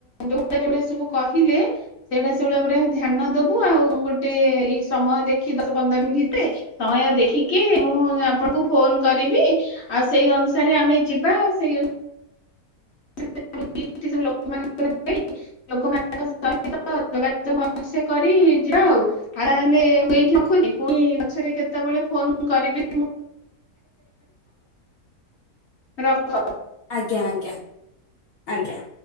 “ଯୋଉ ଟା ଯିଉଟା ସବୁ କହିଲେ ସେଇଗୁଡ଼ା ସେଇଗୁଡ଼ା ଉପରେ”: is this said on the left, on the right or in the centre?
Left